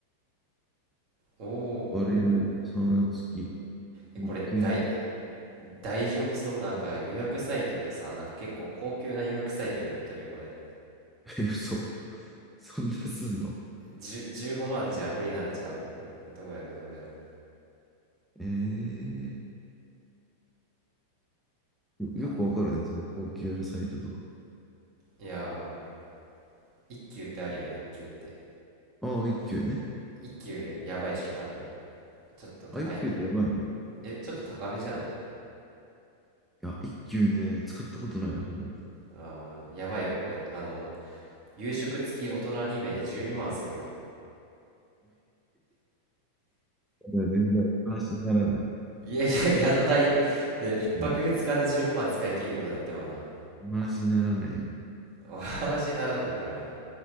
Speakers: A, on the right; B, in the centre.
A: おーおーおーおー
B: バレルサウナ付き。
A: えこれ大
B: リッツヒル。
A: 大丈夫そうなんか予約サイトでさなんか結構高級な予約サイトに載っとるよこれ
B: <laughs> え、嘘。<laughs> そんなすんの
A: じゅ15万じゃ無理なんちゃうどうやろどうやろ
B: ええよ、よくわかるね。
A: あ
B: その高級のサイトとか。
A: いやー一級ってあるやん一級って
B: ああ、一休ね。
A: 一級やばいっしょ多分ちょっと高いんじゃね
B: あ、一休ってやばいのい
A: えちょっと高めじゃない
B: や、一休ね、使ったことない、ほぼ。
A: あーやばいわこれあの夕食付き大人2名12万するわ
B: いや、全然話にならない。
A: いやいや <laughs> 宿代で1泊2日で15万使い切ることになってまうな
B: うん。話にならないよね。
A: お話にならんなこれは